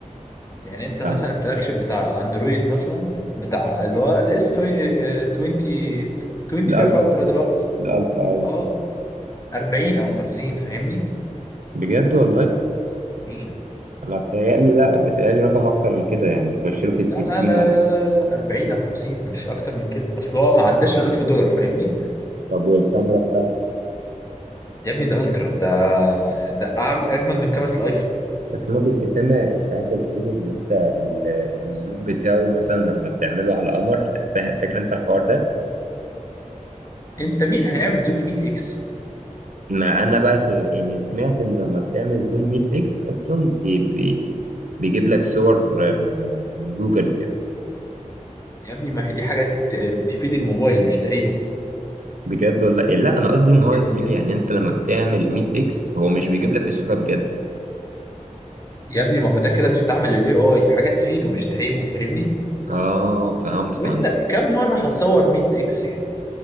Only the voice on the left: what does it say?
يعني انت
مثلا الفلاج شيب بتاع اندرويد مثلا بتاع اللي هو الاس 20 25
الترا دلوقتي
اه 40 او 50 فاهمني
إيه؟
لا لا لا
لا لا 40 او 50 مش اكتر من كده اصل هو ما عداش ال 1000 دولار فاهمني
يا ابني ده الترا ده ده أعم- اجمل من كاميرا الايفون
انت مين هيعمل زوم ل 100 اكس
يا ابني ما هي دي حاجه ت- تفيد الموبايل مش تعيبه
ان
يا ابني ما هو ده كده بيستعمل الاي اي حاجه تفيده مش تعيبه فاهمني
وانت كم مره هتصور 100 اكس يعني